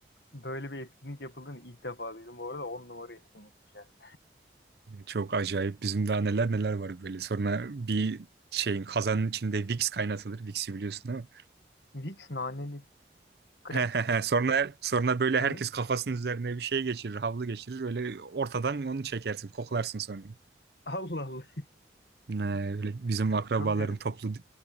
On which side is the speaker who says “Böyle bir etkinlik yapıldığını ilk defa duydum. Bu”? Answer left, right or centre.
Left